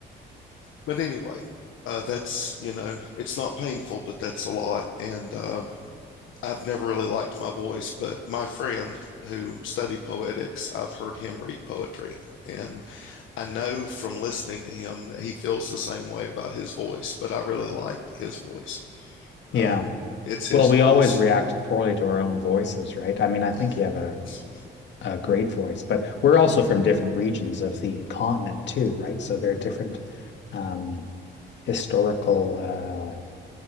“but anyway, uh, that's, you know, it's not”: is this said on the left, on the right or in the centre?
Left